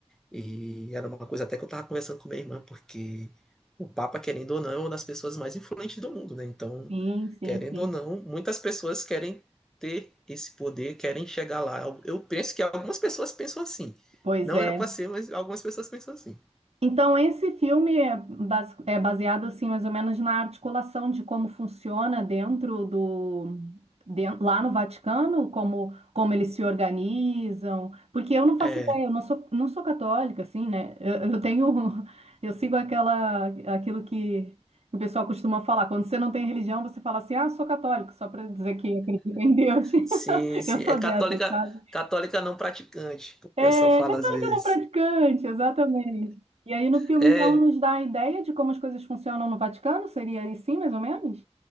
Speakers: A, in the centre; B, on the right.
A: E era uma coisa até que eu estava conversando com minha irmã, porque o Papa, querendo ou não, é uma das pessoas mais influentes do mundo, né? Então,
B: Sim, sim,
A: querendo
B: sim.
A: ou não, muitas pessoas querem ter esse poder, querem chegar lá. Eu penso que algumas pessoas pensam assim.
B: Pois
A: Não
B: é.
A: era para ser, mas algumas pessoas pensam assim.
B: Então, esse filme é bas- é baseado, assim, mais ou menos na articulação de como funciona dentro do... den- lá no Vaticano, como, como eles se organizam. Porque eu não faço
A: É,
B: ideia, eu não sou, não sou católica, assim, né? Eu, eu tenho... <laughs> Eu sigo aquela, aquilo que o pessoal costuma falar. Quando você não tem religião, você fala assim, ah, sou católico, só para dizer que acredito em Deus. <laughs>
A: sim, sim.
B: Eu sou
A: É católica,
B: dessas, sabe?
A: católica não praticante, que o pessoal
B: É,
A: fala
B: católica
A: às vezes.
B: não praticante, exatamente. E aí no filme,
A: É,
B: então, nos dá a ideia de como as coisas funcionam no Vaticano? Seria assim, mais ou menos?